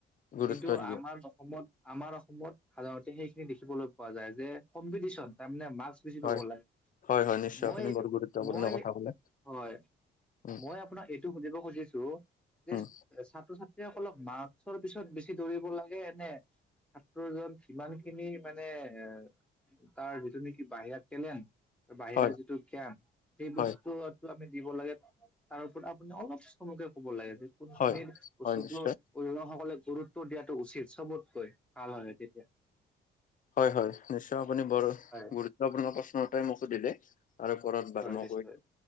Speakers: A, on the left; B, in the centre.
A: গুৰুত্ব
B: কিন্তু
A: দিয়ে
B: আমাৰ অসমত আমাৰ অসমত সাধাৰণতে সেইখিনি দেখিবলৈ পোৱা যায় যে কম্পিটিচন তাৰমানে মাৰ্কছ বেছি
A: হয়
B: পাব লাগে।
A: হয় হয় নিশ্চয়
B: মই
A: আপুনি
B: এইটো
A: বৰ গুৰুত্বপূৰ্ণ
B: মই
A: কথা কলে
B: হয়।
A: উম
B: মই আপোনাক এইটো সুধিব খুজিছো যে
A: উম
B: ছাত্ৰ ছাত্ৰী সকলক মাৰ্কছৰ পিছত বেছি দৌৰিব লাগে নে ছাত্ৰজন যিমান খিনি মানে এ তাৰ যিটো নেকি বাহিৰা টেলেণ্ট, বাহিৰা
A: হয়
B: যিটো জ্ঞান সেই
A: হয়
B: বস্তুটো এইটো আমি দিব লাগে, তাৰ ওপৰত আপুনি অলপ চমুকৈ ক'ব লাগে যে কোনখিনিৰ
A: হয়
B: বস্তুতো
A: হয় নিশ্চয়
B: অভিভাৱকসকলে গুৰুত্ব দিয়াটো উচিত চবতকৈ ভাল হয় তেতিয়া।
A: হয় হয়, নিশ্চয়। আপুনি বৰ
B: হয়
A: গুৰুত্বপূৰ্ণ প্ৰশ্ন এটাই মোক সুধিলে। তাৰ ওপৰত বাৰু
B: হয়
A: মই
B: নিশ্চয়
A: কৰিম।